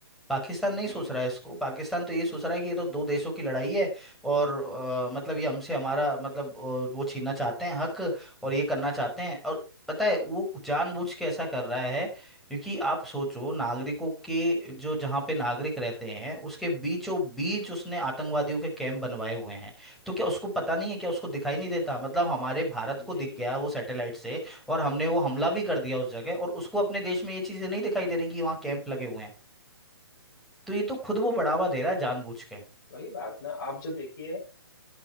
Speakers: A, in the centre; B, on the left.
A: पाकिस्तान नहीं
B: जी
A: सोच रहा है इसको पाकिस्तान तो ये सोच रहा है कि ये तो दो देशों की लड़ाई है और अ, मतलब ये हमसे हमारा मतलब अ, वो छीनना चाहते हैं हक और ये करना चाहते हैं और पता है वो जानबूझ के ऐसा कर रहा है क्योंकि आप सोचो नागरिकों के जो जहाँ पे नागरिक रहते हैं उसके बीचों बीच उसने आतंकवादियों के कैंप बनवाए हुए हैं तो क्या उसको पता नहीं है क्या उसको दिखाई नहीं देता मतलब हमारे भारत को
B: जी
A: दिख गया वो सैटेलाइट से और हमने वो हमला भी कर दिया उस जगह और उसको अपने देश में ये चीजें नहीं दिखाई दे रही कि वहाँ कैंप लगे हुए हैं तो ये तो खुद वो बढ़ावा दे रहा है जानबूझ के
B: वही बात ना आप जो देखिए